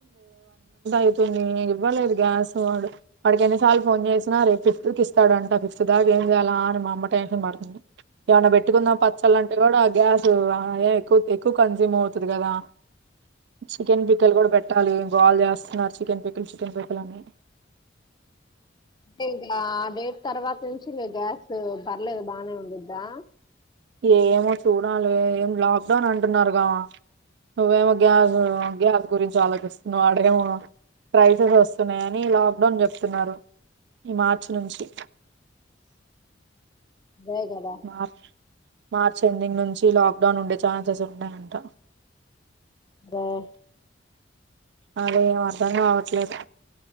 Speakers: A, on the right (about 65°); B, on the left (about 25°).
A: ఐతుంది ఇవ్వలేదు గ్యాస్ వాడు వాడికి ఎన్నిసార్లు ఫోన్ చేసినా రేపు ఫిఫ్త్ కిస్తాడంట ఫిఫ్త్ దాకా ఏం చేయాలా అని మా అమ్మ టెన్షన్ పడుతుంది ఏమన్నా పెట్టుకుందాం పచ్చళ్ళు అంటే కూడా గ్యాస్ అ ఎక్కు ఎక్కువ కన్సూమ్ అవుతది కదా చికెన్ పి కెలు కూడా పెట్టాలి గోల చేస్తున్నారు చికెన్ పికుల్ చికెన్ పికుల్ అని
B: తే ఇగ ఆ డేట్ తర్వాత నుంచి మీ గ్యాస్ పర్లేదు బానే ఉండిద్దా
A: ఏమో చూడాలే ఏం లాక్డౌన్ అంటున్నారుగా నువ్వేమో గ్యాసు గ్యాసు గురించి ఆలోచిస్తున్నా వాడేమో ప్రైజెస్ వస్తున్నాయని లాక్డౌన్ చెప్తున్నారు ఈ మార్చి నుంచి
B: దే గదా
A: మార్ మార్చ్ ఎండింగ్ నుంచి లాక్డౌన్ ఉండే ఛాన్సెస్ ఉన్నాయంట.
B: రే
A: అదేం అర్ధం గావట్లేదు